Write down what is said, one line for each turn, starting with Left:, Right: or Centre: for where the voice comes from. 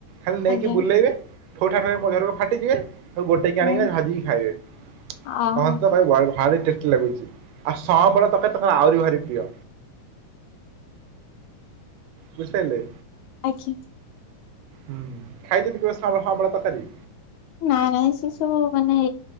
Right: ଖାଲି ନେଇକି
Left: ଆଜ୍ଞା
Right: ବୁଲେଇବେ। ଠୋ ଠା ହେଇ ମଝିରୁ ଫାଟିଯିବେ। ଗୋଟେକି
Left: ହୁଁ
Right: ଆଣିକିନା ଭାଜିକି ଖାଇବେ, <unintelligible>
Left: ଅହୋ
Right: ଲାଗୁଛି ଆଉ ସମବଳ ତକ ତ ଆହୁରି ଭାରି ପ୍ରିୟ। ବୁଝି ପାଇଲେ।
Left: <inaudible>
Right: ହୁଁ ଖାଇ ଯଦି କେବେ ସମ୍ ସାମ୍ୱଳ ତରକାରି
Left: ନାଇଁ ନାଇଁ ସେ ସବୁ ମାନେ